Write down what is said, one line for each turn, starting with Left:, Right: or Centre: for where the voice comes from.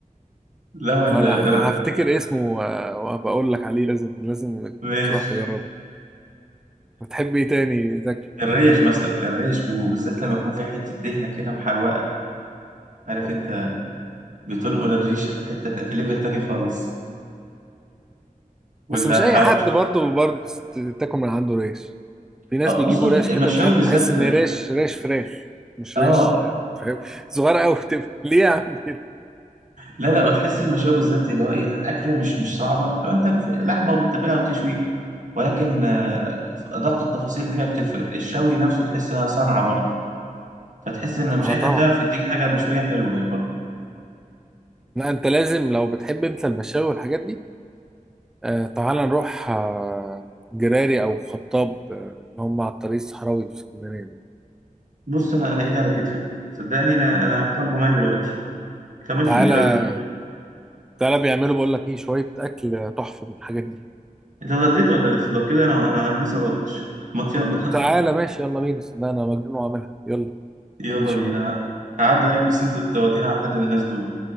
Right: لا ولا
Centre: اه لا هفتكر اسمه و- وبقول لك عليه لازم لازم
Right: ماشي
Centre: تروح تجربه بتحب ايه تاني زكي
Right: الريش مثلا الريش وبالذات لما يكون في حتة دهنة كده محروقة عارف
Centre: اه
Right: انت بتنقل الريشة في حتة تا- في ليفل تاني خالص ولا
Centre: بس مش
Right: الحواوشي
Centre: اي حد برضه برضه تاكل من عنده ريش في ناس
Right: اه
Centre: بيجيبوا
Right: بص هو المشاوي
Centre: ريش كده مش عارف
Right: بالذات
Centre: تحس ان ريش ريش فراخ مش
Right: اه
Centre: ريش فاهم صغيره قوي بتبقى <laughs> ليه يا عم كده؟
Right: لا لا وتحس المشاوي بالذات اللي هو ايه أكلة مش مش صعبة لو انت في لحمة وبتتبلها وتشويها ولكن آه، أدق التفاصيل فيها بتفرق الشوي نفسه تحس انها صنعة برضه فتحس ان مش
Centre: اه
Right: اي
Centre: طبعا
Right: حد يعرف يديك حاجة مشوية حلوة برضه
Centre: لا انت لازم لو بتحب انت المشاوي والحاجات دي آه تعالى نروح آه جراري او خطاب آه اللي هم على الطريق الصحراوي في اسكندريه دول.
Right: بص انا انا ايدي على كتفك صدقني انا انا طالبة معايا دلوقتي لما تيجي
Centre: تعالى
Right: دلوقتي
Centre: تعالى بيعملوا بقول لك ايه شويه اكل تحفه من الحاجات دي
Right: انت اتغديت ولا لسه لو كده انا انا أنا لسه ما اتغديتش ما يلا
Centre: تعالى ماشي يلا بينا صدقني انا مجنون واعملها يلا
Right: <laughs> يلا
Centre: ما عنديش
Right: بينا
Centre: مانع
Right: انا هعدي عليك بس انت تودينا على حد من الناس دول